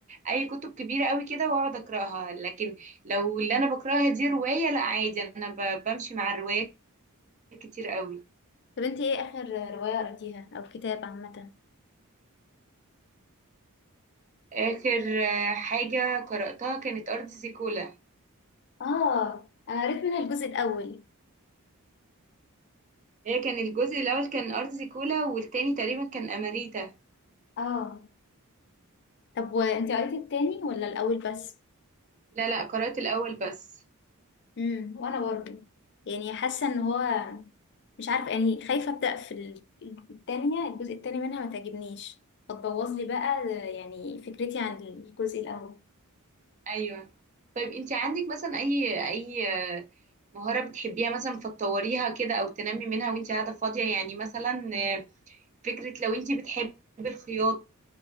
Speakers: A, on the right; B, on the left.
A: أي كتب كبيرة قوي كده وأقعد أقرأها لكن لو اللي أنا بقرأها دي رواية لا عادي أنا ب- بمشي مع الروايات كتير قوي
B: طب انت ايه اخر روايه قريتيها او كتاب عامه
A: آخر آه، حاجة قرأتها كانت أرض زيكولا
B: اه انا قريت منها الجزء الاول
A: هي كان الجزء الاول كان ارض كولا والتاني تقريبا كان اماريتا
B: اه طب وانت قريتي التاني ولا الاول بس
A: لا لا قرأت الاول بس
B: امم وانا برضه يعني حاسه ان هو مش عارفه يعني خايفه ابدا في ال- التانية الجزء التاني منها ما تعجبنيش فتبوظ لي بقى يعني فكرتي عن الجزء الاول
A: ايوه طيب انت عندك مثلا اي اي آه، مهارة بتحبيها مثلا فتطوريها كده او تنمي منها وانت قاعدة فاضية يعني مثلا آه، فكرة لو انت بتحبي الخياطة